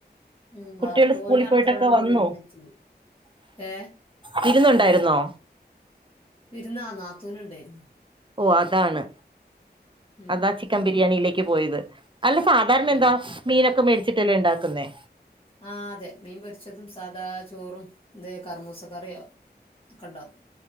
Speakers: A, on the left; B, on the right.
A: ഉം
B: കുട്ടികൾ
A: വളർത്തു
B: സ്കൂളിൽ
A: കോയിനെ അറുത്ത്
B: പോയിട്ടൊക്കെ
A: കാണ്ടാണ്
B: വന്നോ
A: വിരുന്ന് വെച്ചത് ഏ
B: വിരുന്നുണ്ടായിരുന്നോ
A: വിരുന്നാ ആ നാത്തൂൻ ഉണ്ടായിരുന്നു
B: ഓ അതാണ്
A: ഉം
B: അതാ
A: ഉം
B: ചിക്കൻ ബിരിയാണിയിലേക്ക് പോയത് അല്ല സാധാരണ
A: ഓ
B: എന്താ മീനൊക്കെ മേടിച്ചിട്ടല്ലേ ഉണ്ടാക്കുന്നേ
A: ആഹ് അതെ മീൻ പൊരിച്ചതും സാധ സാധാ ചോറും ഇത് കർമൂസക്കറിയോക്കെ ഉണ്ടാവും